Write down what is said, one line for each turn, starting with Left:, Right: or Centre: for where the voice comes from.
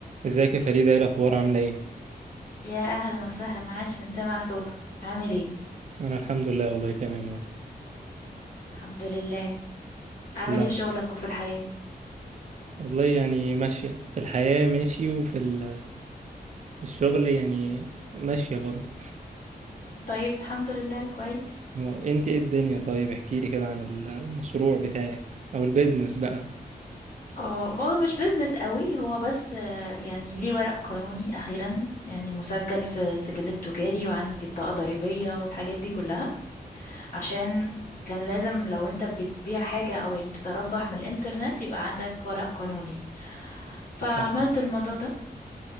Right: ازيك يا فريدة ايه الاخبار عاملة ايه
Left: يا اهلا وسهلا عاش من سمع صوتك عامل ايه
Right: انا الحمد لله والله تمام اهو
Left: الحمد لله عامل
Right: لا
Left: ايه في شغلك وفي الحياة
Right: والله يعني ماشية في الحياة ماشي وفي ال... في الشغل يعني ماشية برضه
Left: طيب الحمد لله كويس
Right: هو انت ايه الدنيا طيب احكي لي كده عن ال- المشروع بتاعك او البيزنس بقى
Left: اه هو مش بيزنس قوي هو بس آه، يعني ليه ورق قانوني اخيرا يعني مسجل في السجل التجاري وعندي بطاقة ضريبية والحاجات دي كلها عشان كان لازم لو انت بتبيع حاجة او يعني تتربح من الانترنت يبقى عندك ورق قانوني فعملت
Right: صح
Left: الموضوع ده